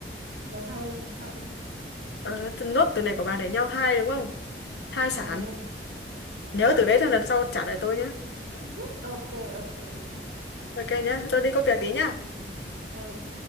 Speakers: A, on the right; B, on the left.
A: lần sau đi lần sau đi
B: ờ, Nốt từ này của bà để nhau thai đúng không Thai sản
A: Ê,
B: Nhớ từ đấy cho lần sau trả lại tôi nhá
A: <laughs> ok ok ok
B: Ok nhá tôi đi có việc tí nhá
A: Ê, ok